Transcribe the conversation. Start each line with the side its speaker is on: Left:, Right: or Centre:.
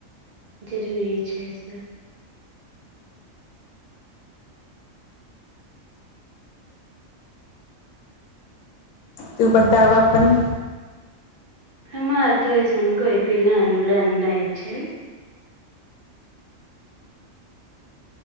Right: जरूरी छै सब।
Left: तू बता ब अपन।
Right: हमर तऽ ऐसन कोइ पिलान उलान नहि छै।